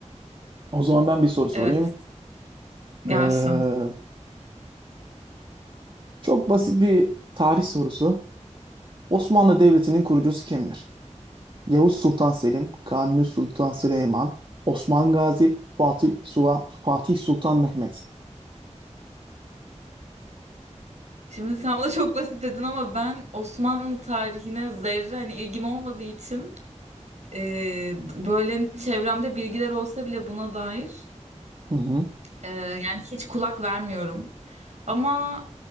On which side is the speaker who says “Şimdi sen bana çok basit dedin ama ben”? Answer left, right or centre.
Right